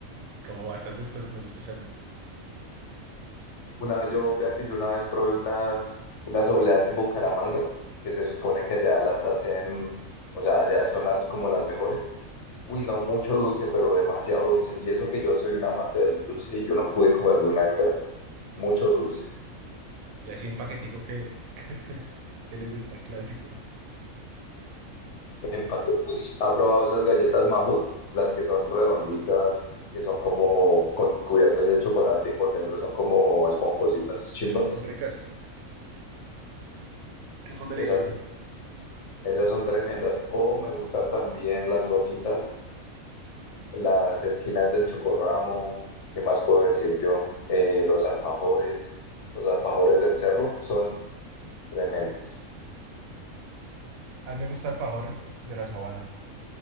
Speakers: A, on the right; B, on the left.
A: como bastantes cosas me gusta echarle.
B: Una vez yo, vea que yo una vez probé unas, unas obleas en Bucaramanga, que se supone que allá las hacen, o sea, allá son las como las mejores. Uy, no mucho dulce, pero demasiado dulce. Y eso que yo soy un amante del dulce y yo no pude comerme una entera. Mucho dulce.
A: Y así en paquetico que, <laughs> que le gusta, clásico.
B: Empate, juicio. ¿Ha probado esas galletas mamut? Las que son redonditas, que son como con cubiertas de chocolate y por dentro son como esponjositas chimbas.
A: Uy, esas son ricas. Esas son deliciosas.
B: Esas, esas son tremendas. O me gustan también las gomitas, las esquinas del chocorramo. ¿Qué más puedo decir yo? Eh, los alfajores. Los alfajores del cerro son tremendos.
A: A mí me gusta el alfajor de la Sabana.